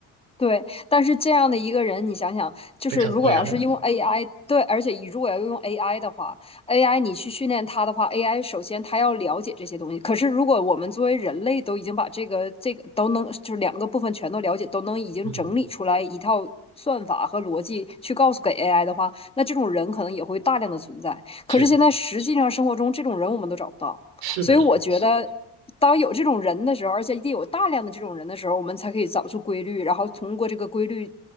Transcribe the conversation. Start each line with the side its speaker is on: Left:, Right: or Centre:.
Left: 对，但是这样的一个人，你想想，就是如果要是用
Right: 非常贵啊，
Left: AI，对，而且如果要用 AI 的话，AI 你去训练它的话，AI 首先它要了解这些东西。可是如果我们作为人类都已经把这个这个都能，就是两个部分全都了解，都能已经整理出来一套算法和逻辑去告诉给
Right: 嗯，
Left: AI 的话，那这种人可能也会大量的存在。可是现在实际上生活中这种人我们都找不到。
Right: 是是的，
Left: 所以我觉得，当有这种人的时候，而且一定有大量的这种人的时候，我们才可以找出规律，然后通过这个规律